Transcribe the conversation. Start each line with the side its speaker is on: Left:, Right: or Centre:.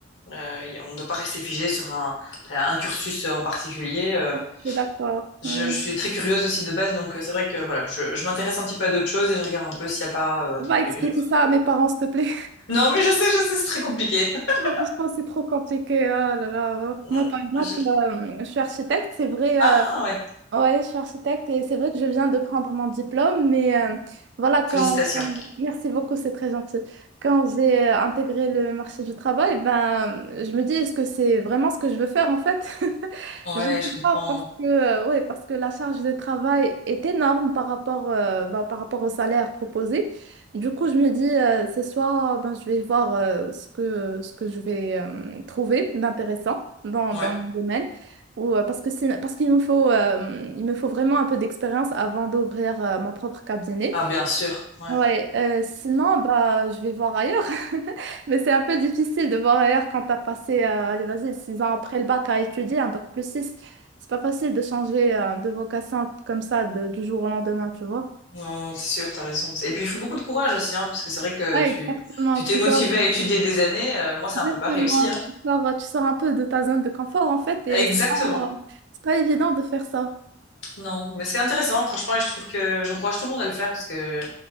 Left: Euh, y- on ne doit pas rester figé sur un, un cursus en particulier. euh.
Right: Je suis d'accord.
Left: je,
Right: Ouais.
Left: je suis très curieuse aussi de base, donc euh, c'est vrai que voilà, je, je m'intéresse un petit peu à d'autres choses et je regarde un peu s'il n'y a pas euh,
Right: Va expliquer
Left: une autre.
Right: ça à mes parents, s'il te plaît.
Left: Non, mais je sais, je sais, c'est très compliqué. <laughs>
Right: Franchement, c'est trop compliqué. Oh là là.
Left: Ouais.
Right: Moi, par exemple,
Left: Je-
Right: euh, je suis architecte. C'est vrai,
Left: Ah
Right: euh,
Left: ouais,
Right: Ouais, je suis architecte et c'est vrai que je viens de prendre mon diplôme, mais euh, voilà, quand,
Left: félicitations.
Right: quand- Merci beaucoup, c'est très gentil. Quand j'ai euh, intégré le marché du travail, ben, je me dis, est-ce que c'est vraiment ce que je veux faire en fait? <laughs>
Left: Ouais,
Right: Je ne sais
Left: je comprends.
Right: pas, parce que, euh, ouais, parce que la charge de travail est énorme par rapport, euh, ben, par rapport au salaire proposé. Du coup, je me dis, euh, c'est soit ben, je vais voir euh, ce que, ce que je vais euh, trouver d'intéressant dans,
Left: Ouais.
Right: dans mon domaine. Ou, euh, parce que c'est- parce qu'il me faut, euh, il me faut vraiment un peu d'expérience avant d'ouvrir euh, mon propre cabinet.
Left: Ah bien sûr. Ouais.
Right: Ouais, euh, sinon, bah, je vais voir ailleurs. <laughs> Mais c'est un peu difficile de voir ailleurs quand tu as passé, euh, allez, vas-y, 6 ans après le bac à étudier, un bac plus 6. C'est pas facile de changer euh, de vocation comme ça de- du jour au lendemain, tu vois.
Left: Non, non, c'est sûr, t'as raison. Et puis il faut beaucoup de courage aussi, hein, parce que c'est vrai que
Right: Ouais,
Left: tu
Right: exactement.
Left: tu
Right: Tu
Left: t'es motivé
Right: sors, euh,
Left: à étudier des années. euh, moi, c'est
Right: exactement.
Left: un peu pareil aussi, hein.
Right: Tu sors, tu sors un peu de ta zone de confort, en fait, et
Left: Exactement.
Right: c'est pas, c'est pas évident de faire ça.
Left: Non, mais c'est intéressant, franchement, et je trouve que j'encourage tout le monde à le faire parce que